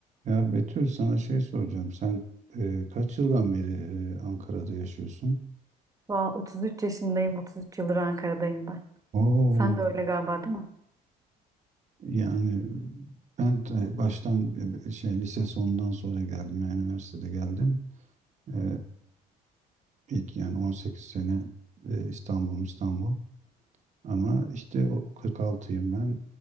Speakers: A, on the right; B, on the right.
A: Ya Betül sana şey soracağım. Sen e, kaç yıldan beri e, Ankara'da yaşıyorsun?
B: Valla 33 yaşındayım, 33 yıldır Ankara'dayım ben.
A: Oo,
B: Sen de öyle galiba değil mi?
A: yani ben ta- baştan e, şey lise sonundan sonra geldim. Yani üniversitede geldim. E, ilk yani 18 sene e, İstanbul İstanbul. Ama işte o 46'yım ben.